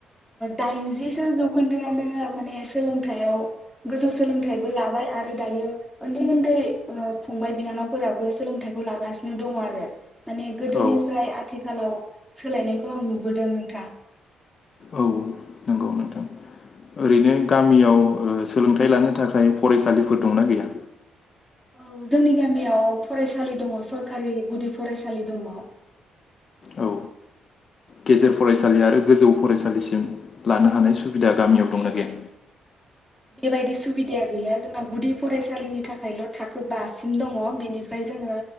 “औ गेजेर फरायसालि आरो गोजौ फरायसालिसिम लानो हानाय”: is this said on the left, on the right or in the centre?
Left